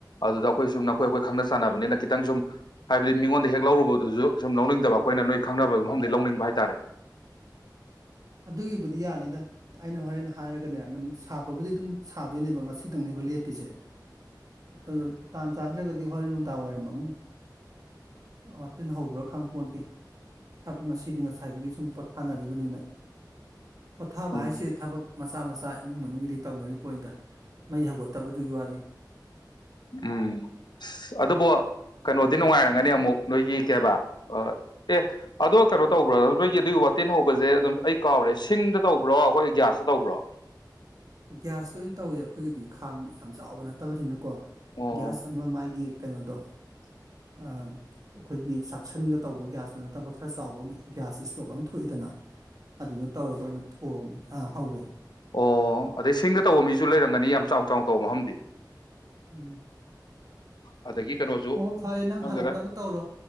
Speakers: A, on the left; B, on the right.
A: ꯑꯗꯨꯗ ꯑꯩꯈꯣꯏ ꯁꯨꯝ ꯅꯈꯣꯏ ꯑꯩꯈꯣꯏ ꯈꯪꯅ ꯆꯥꯟꯅꯕꯅꯤꯅ ꯈꯤꯇꯪ ꯁꯨꯝ ꯍꯥꯏꯕꯗꯤ ꯃꯤꯉꯣꯟꯗ ꯍꯦꯛ ꯂꯧꯔꯨꯕꯗꯨꯁꯨ ꯁꯨꯝ ꯂꯧꯅꯤꯡꯗꯕ ꯑꯩꯈꯣꯏꯅ ꯅꯣꯏ ꯈꯪꯅꯕ ꯃꯐꯝꯗꯤ ꯂꯧꯅꯤꯡꯕ ꯍꯥꯏ ꯇꯥꯔꯦ
B: ꯑꯗꯨꯒꯤꯕꯨꯗꯤ ꯌꯥꯅꯤꯗ ꯑꯩꯅ ꯍꯣꯔꯦꯟ ꯍꯥꯏꯔꯒꯅꯦ ꯑꯗꯨꯝ ꯁꯥꯕꯕꯨꯗꯤ ꯑꯗꯨꯝ ꯁꯥꯗꯣꯏꯅꯦꯕ ꯉꯁꯤꯗꯪꯅꯦꯕ ꯂꯦꯞꯄꯤꯁꯦ ꯑꯗꯨ ꯇꯥꯟ ꯆꯥꯗ꯭ꯔꯒꯗꯤ ꯍꯣꯔꯦꯟ ꯅꯨꯡꯗꯥꯡ ꯋꯥꯏꯔꯝ ꯑꯃꯨꯛ ꯋꯇꯤꯟ ꯍꯧꯕ꯭ꯔꯥ ꯈꯪꯄꯣꯠꯇꯦ ꯊꯕꯛ ꯉꯁꯤꯗꯤ ꯉꯁꯥꯏꯗꯒꯤ ꯁꯨꯝ ꯄꯣꯊꯥꯅꯔꯤꯕꯅꯤꯅ ꯄꯣꯊꯥꯕ
A: ꯎꯝ
B: ꯍꯥꯏꯁꯤ ꯊꯕꯛ ꯃꯆꯥ ꯃꯆꯥ ꯏꯃꯨꯡ ꯃꯅꯨꯡꯒꯤꯗꯤ ꯇꯧꯅꯔꯤ ꯄꯣꯟꯗ ꯃꯩ ꯍꯧꯒꯠꯇꯕꯗꯨꯒꯤ ꯋꯥꯅꯤꯅꯤ
A: ꯎꯝ ꯑꯁ ꯑꯗꯨꯕꯨ ꯀꯩꯅꯣꯗꯤ ꯅꯨꯡꯉꯥꯏꯔꯝꯒꯅꯤ ꯑꯃꯨꯛ ꯅꯣꯏꯒꯤ ꯀꯦꯕꯥ ꯑꯦ ꯑꯗꯣ ꯀꯩꯅꯣ ꯇꯧꯕ꯭ꯔꯣ ꯅꯣꯏꯒꯤ ꯑꯗꯨꯒꯤ ꯋꯥꯇꯤꯟ ꯍꯧꯕꯁꯦ ꯑꯗꯨꯝ ꯑꯩ ꯀꯥꯎꯔꯦ ꯁꯤꯡꯗ ꯇꯧꯕ ꯭ꯔꯣ ꯑꯩꯈꯣꯏ ꯒ꯭ꯌꯥꯁ ꯇꯧꯕ꯭ꯔꯣ
B: ꯒ꯭ꯌꯥꯁꯇ ꯑꯣꯏꯅ ꯇꯧꯋꯦ ꯑꯩꯈꯣꯏꯒꯤꯗꯤ ꯈꯥꯡ ꯌꯥꯝ ꯆꯥꯎꯕ ꯅꯠꯇꯕꯅꯤꯅ ꯀꯣ
A: ꯑꯣ
B: ꯒ꯭ꯌꯥꯁ ꯑꯃ ꯃꯥꯒꯤ ꯀꯩꯅꯣꯗꯣ ꯑꯩꯈꯣꯏꯒꯤ ꯆꯥꯛꯁꯪꯗ ꯇꯧꯕ ꯒ꯭ꯌꯥꯁꯇ ꯅꯠꯇꯕ ꯈꯔ ꯆꯥꯎꯕ ꯒ꯭ꯌꯥꯁ ꯏꯁꯇꯣꯞ ꯑꯃ ꯊꯣꯛꯏꯗꯅ ꯑꯗꯨꯗꯣ ꯇꯧꯔꯒ ꯑꯣꯏꯅ ꯊꯣꯡꯉꯦ ꯑ ꯍꯧꯋꯦ
A: ꯑꯣ ꯑꯗꯩ ꯁꯤꯡꯗ ꯇꯧꯕ ꯃꯤꯁ ꯖꯨ ꯂꯩꯔꯝꯒꯅꯤ ꯌꯥꯝ ꯆꯥꯎ ꯆꯥꯎꯅ ꯇꯧꯕ ꯃꯐꯝꯗꯤ
B: ꯎꯝ
A: ꯑꯗꯒꯤ ꯀꯅꯣꯁꯨ
B: ꯑꯣ ꯐꯔꯦ ꯅꯪ
A: ꯈꯪꯗꯦꯗ
B: ꯍꯜꯂꯛꯅꯕ ꯇꯧꯔꯣ